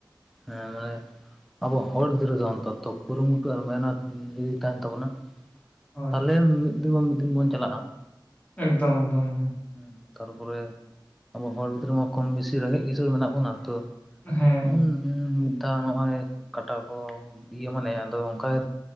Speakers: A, in the centre; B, on the left.
A: ᱦᱮᱸ ᱢᱟᱱᱮ ᱟᱵᱚ ᱦᱚᱲ ᱜᱤᱫᱽᱨᱟᱹ ᱫᱚ ᱚᱱᱛᱚᱛᱚ ᱠᱩᱨᱩᱢᱩᱴᱩ ᱢᱟᱭᱱᱚᱛ ᱡᱩᱫᱤ ᱛᱟᱦᱮᱱ ᱛᱟᱵᱚᱱᱟ᱾
B: ᱦᱳᱭ ᱾
A: ᱛᱟᱦᱚᱞᱮ ᱢᱤᱫ ᱫᱤᱱ ᱵᱟᱝ ᱢᱤᱫ ᱫᱤᱱ ᱵᱚᱱ ᱪᱟᱞᱟᱜᱼᱟ ᱾
B: ᱮᱠᱫᱚᱢ ᱮᱠᱫᱚᱢ ᱮᱠᱫᱚᱢ ᱾
A: ᱦᱮᱸ ᱛᱟᱨᱯᱚᱨᱮ ᱟᱵᱚ ᱦᱚᱲ ᱜᱤᱫᱽᱨᱟᱹ ᱢᱟ ᱠᱚᱢ ᱵᱮᱥᱤ ᱨᱮᱸᱜᱮᱡ ᱠᱤᱥᱟᱹᱲ ᱢᱮᱱᱟᱜ ᱵᱚᱱᱟ ᱾ ᱛᱚ
B: ᱦᱮᱸ
A: <unintelligible> ᱢᱤᱫ ᱫᱷᱟᱣ ᱱᱚᱜᱼᱚᱭ ᱠᱟᱴᱟ ᱠᱚ ᱤᱭᱟᱹ ᱢᱟᱱᱮ ᱟᱫᱚ ᱚᱱᱠᱟ